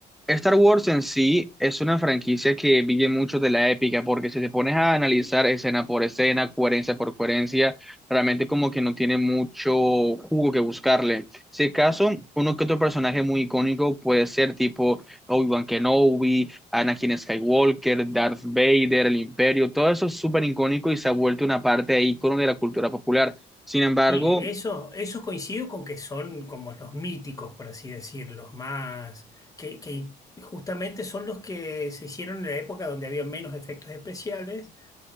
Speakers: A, in the centre; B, on the left.
A: Star Wars en sí es una franquicia que vive mucho de la épica, porque si te pones a analizar escena por escena, coherencia por coherencia, realmente como que no tiene mucho jugo que buscarle. Si acaso, uno que otro personaje muy icónico puede ser tipo Obi-Wan Kenobi, Anakin Skywalker, Darth Vader, el Imperio, todo eso es súper icónico y se ha vuelto una parte de icono de la cultura popular. Sin embargo,
B: Y eso, eso coincido con que son como los míticos, por así decirlo, los más, que, que justamente son los que se hicieron en la época donde había menos efectos especiales,